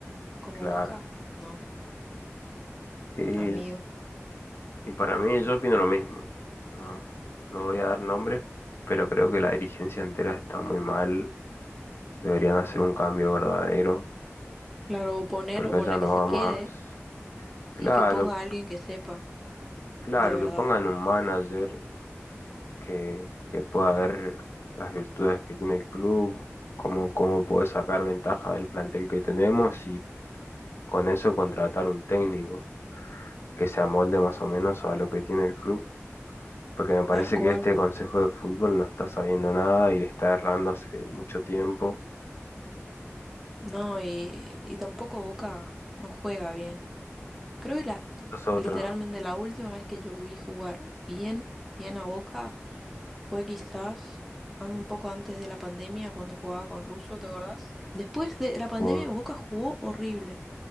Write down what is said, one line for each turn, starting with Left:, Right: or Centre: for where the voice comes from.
Centre: como
Left: claro.
Centre: Boca, no,
Left: Y,
Centre: amigo.
Left: y para mí yo opino lo mismo. No, no voy a dar nombres, pero creo que la dirigencia entera está muy mal. Deberían hacer un cambio verdadero,
Centre: Claro, oponer,
Left: porque
Centre: oponer
Left: allá no
Centre: que se
Left: va
Centre: quede
Left: más.
Centre: y
Left: Claro,
Centre: que ponga a alguien que sepa,
Left: claro,
Centre: de verdad.
Left: que pongan un manager que, que pueda ver las virtudes que tiene el club, cómo, cómo puede sacar ventaja del plantel que tenemos y con eso contratar un técnico que se amolde más o menos a lo que tiene el club porque me parece
Centre: Tal cual.
Left: que este consejo de fútbol no está sabiendo nada y le está errando hace mucho tiempo.
Centre: No, y, y tampoco Boca no juega bien. Creo que la,
Left: Sos otro.
Centre: literalmente la última vez que yo vi jugar bien, bien a Boca fue quizás a- un poco antes de la pandemia cuando jugaba con Russo, ¿te acordás? Después de la pandemia
Left: Sí,
Centre: Boca jugó horrible.